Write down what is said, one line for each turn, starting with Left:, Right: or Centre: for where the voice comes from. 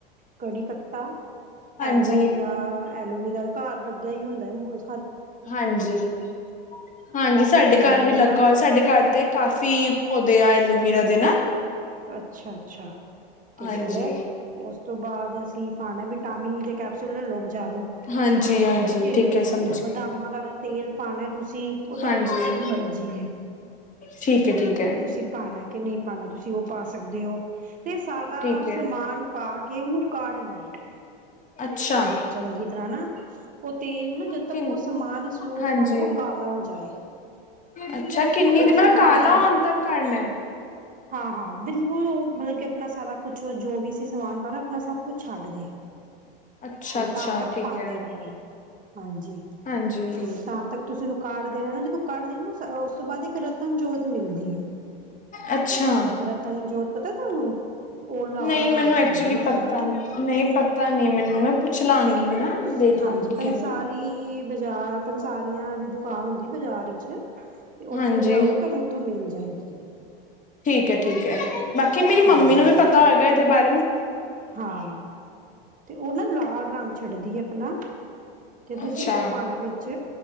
Right: ਕੜੀ ਪਤਾ
Left: ਹਾਂਜੀ
Right: ਐਲੋਵੀਰਾ-ਐਲੋਵੀਰਾ ਘਰ ਲੱਗਾ ਹੀ ਹੁੰਦਾ ਮੋਸਲੀ
Left: ਹਾਂਜੀ-ਹਾਂਜੀ ਸਾਡੇ
Right: ਐਲੋਵੀਰਾ
Left: ਘਰ ਵੀ ਲੱਗਾ ਹੋਰ ਸਾਡੇ ਘਰ ਤੇ ਕਾਫੀ ਪੋਦੇ ਤੇ ਆ ਔਲੋਵੀਰਾ ਦੇ ਨਾ
Right: ਅੱਛਾ-ਅੱਛਾ ਤੇ
Left: ਹਾਂਜੀ,
Right: ਉਹ ਉਸ ਤੋਂ ਬਾਅਦ ਅਸੀਂ ਪਾਣਾ ਵਿਟਾਮਿਨ ਈ ਦੇ ਕੈਪਸੂਲ ਲੋ ਬਾਜ਼ਾਰੋਂ
Left: ਹਾਂਜੀ, ਹਾਂਜੀ
Right: ਠੀਕ ਏ
Left: ਹੈ ਸਮਝ
Right: ਤੇ ਬਦਾਮਾਂ
Left: ਗਈ।
Right: ਦਾ ਤੇਲ ਪਾਣਾ ਤੁਸੀਂ ਉਹ ਤੁਹਾਡੀ
Left: ਹਾਂਜੀ,
Right: ਮਰਜ਼ੀ ਏ,
Left: ਠੀਕ ਹੈ, ਠੀਕ ਹੈ,
Right: ਤੁਸੀਂ ਪਾਣਾ ਨਹੀਂ ਪਾਉਣਾ ਤੁਸੀਂ ਸੀ ਉਹ ਪਾਸ ਦੇਹੋ ਤੇ ਸਾਰਾ
Left: ਠੀਕ ਹੈ,
Right: ਸਮਾਨ ਪਾ ਕੇ ਉਹਨੂੰ ਕਾੜਨਾ
Left: ਅੱਛਾ।
Right: ਚੰਗੀ ਤਰ੍ਹਾਂ ਨਾ ਉਹ ਤੇਲ ਨੂੰ ਨਾ ਜਦ ਤੱਕ
Left: ਕਿਨ
Right: ਉਹ ਸਮਾਨ ਸਲੋਅ
Left: ਹਾਂਜੀ।
Right: ਤੇ ਰੱਖ ਦੋ ਕਾਲਾ ਹੋ ਜਾਏ
Left: ਅੱਛਾ ਕਿੰਨੀ
Right: ਉਹ
Left: ਦੀ ਮਤਲਬ
Right: ਸਮਾਨ
Left: ਕਾਲਾ
Right: ਚੰਗੀ
Left: ਹੋਣ ਤੱਕ ਕਰਨਾ ਹੈ।
Right: ਹਾਂ-ਹਾਂ ਬਿਲਕੁਲ ਉਹ ਮਤਲਬ ਕਿ ਆਪਣਾ ਸ ਸਾਰਾ ਕੁਛ ਜੋ ਵੀ ਸੀਂ ਸਮਾਨ ਪਾਣਾ ਆਪਣਾ ਸਭ ਕੁਛ ਛੱਡ ਦੇ
Left: ਅੱਛਾ,
Right: ਤੇ
Left: ਅੱਛਾ
Right: ਤਾਂ ਤੱਕ
Left: ਠੀਕ
Right: ਪਾਉਦੇ
Left: ਹੈ,
Right: ਰਹਿਣਾ ਹਾਂਜੀ
Left: ਹਾਂਜੀ,
Right: ਤੇ ਤਾਂ ਤੱਕ ਤੁਸੀਂ ਉਹਨੂੰ ਕਾਰਡ ਦੇਣਾ ਨਾ ਜਦੋਂ ਕਾਰਡ ਦੇਖਗੇ ਨਾ ਤੋਂ ਬਾਅਦ ਇੱਕ ਰਤਨ ਜੋਤ ਮਿਲਦੀ ਹੈ
Left: ਅੱਛਾ।
Right: ਰਤਨ ਜੋਤ ਪਤਾ ਤੁਹਾਨੂੰ ਉਹ ਲਾਲ
Left: ਨਹੀਂ
Right: ਰੰਗ
Left: ਮੈਨੂੰ ਐਕਚੁਲੀ
Right: ਛੱਡਦੀ ਹੇ ਆਪਣਾ
Left: ਪਤਾ
Right: ਨਾ,
Left: ਨਹੀਂ ਪਤਾ ਨਹੀਂ
Right: ਹਾਂ
Left: ਮੈਨੂੰ ਮੈਂ ਪੁੱਛ ਲਾਂਗੀ ਨਾ
Right: ਤੁਸੀਂ
Left: ਦੇਖ
Right: ਹਾਂਜੀ
Left: ਲਾਂਗੀ
Right: ਪੰਸਾਰੀ
Left: ਕਿਵੇਂ
Right: ਬਾਜ਼ਾਰ ਪੰਸਾਰੀਆਂ ਦੀ ਦੁਕਾਨ ਹੁੰਦੀ ਬਾਜ਼ਾਰ ਵਿੱਚ, <inaudible> ਤੇ ਉੱਥੋਂ
Left: ਹਾਂਜੀ।
Right: ਲਿਆਓਗੇ ਤੁਹਾਨੂੰ ਉੱਥੋਂ ਮਿਲ ਜਾਏਗੀ।
Left: ਠੀਕੇ ਠੀਕ ਹੈ। ਬਾਕੀ ਮੇਰੀ ਮੰਮੀ
Right: ਹਾਂਜੀ
Left: ਨੂੰ ਵੀ ਪਤਾ ਹੋਏਗਾ ਇਹਦੇ ਬਾਰੇ ।
Right: ਹਾਂ ਤੇ ਉਹ ਨਾ ਲਾਲ ਰੰਗ ਛੱਡਦੀ ਹੈ ਆਪਣਾ। ਤੇ ਤੁਸੀਂ
Left: ਅੱਛਾ
Right: ਉਹ ਪਾਉਣਾ ਵਿੱਚ